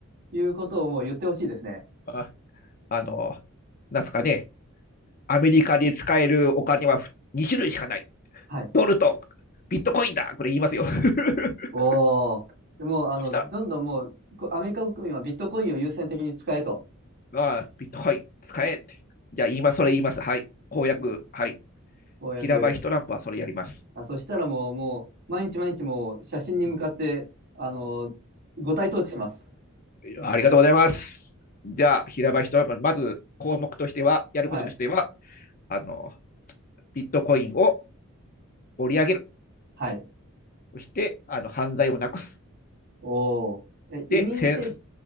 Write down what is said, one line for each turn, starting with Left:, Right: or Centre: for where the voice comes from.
Right: いうことをもう言ってほしいですね。
Left: あ、あの、なんすかね。アメリカで使えるお金は2種類しかない。
Right: はい。
Left: ドルとビットコインだこれ言いますよ。<laughs>
Right: おー。でもう、あの、
Left: そした
Right: どんどんもう、こアメリカ国民はビットコインを優先的に使えと。
Left: ら、ああ、ビットコイン使えって。じゃあ、今それ言います。はい。公約、
Right: もう
Left: はい。
Right: 公約。
Left: 平場イトランプはそれやります。
Right: あ、そしたらもう、もう、毎日毎日もう、写真に向かって、
Left: うん、
Right: あの、五体投地します。
Left: ありがとうございます。じゃあ、平場一山、まず項目としては、やることとしては、
Right: はい。
Left: あの、ビットコインを盛り上げる。
Right: はい。
Left: そして、あの、犯罪をなくす。
Right: おー。え、移民政、
Left: で、せ